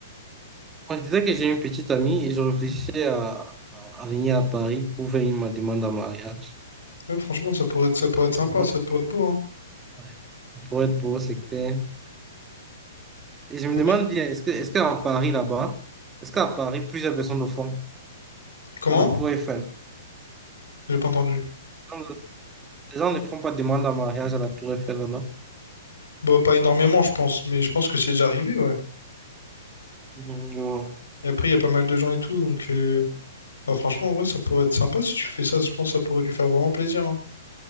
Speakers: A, on the right; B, on the left.
A: Moi, je disais que j'ai une petite amie et je réfléchissais
B: Mm.
A: à, à- à venir à Paris pour faire une- ma demande en mariage.
B: Ouais, franchement, ça pourrait être, ça pourrait être sympa,
A: Je me demande,
B: ça pourrait être beau, hein.
A: ouais, Pour être beau, c'est clair. Et je me
B: Ok.
A: demande bien, est-ce que, est-ce qu'à Paris, là-bas, est-ce qu'à Paris, plusieurs personnes le font
B: Comment?
A: à la Tour Eiffel?
B: J'ai pas entendu.
A: Les gens les gens ne font pas de demande en mariage à la Tour Eiffel, là-bas.
B: Bah, pas énormément, je pense, mais je pense que c'est déjà arrivé, ouais.
A: Mhm, je vois.
B: Et après, il y a pas mal de gens et tout, donc euh, bah, franchement, ouais, ça pourrait être sympa si tu fais ça, je pense que ça pourrait lui faire vraiment plaisir. hein.